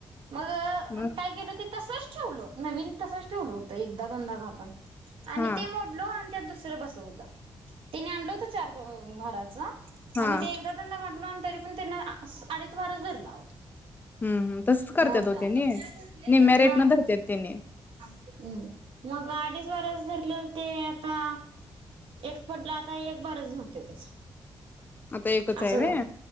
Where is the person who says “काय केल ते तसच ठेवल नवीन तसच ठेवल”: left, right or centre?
Right